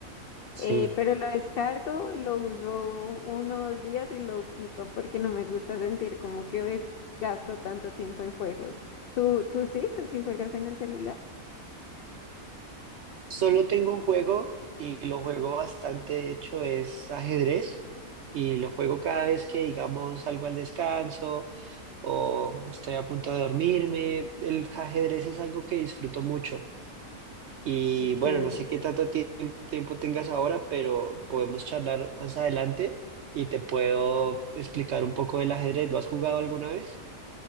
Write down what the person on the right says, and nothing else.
Sí.
Solo tengo un juego y lo juego bastante, de hecho, es ajedrez y lo juego cada vez que, digamos, salgo al descanso o estoy a punto de dormirme. El ajedrez es algo que disfruto mucho y
bueno, no sé qué tanto tie- tiempo tengas ahora, pero podemos charlar más adelante y te puedo explicar un poco del ajedrez. ¿Lo has jugado alguna vez?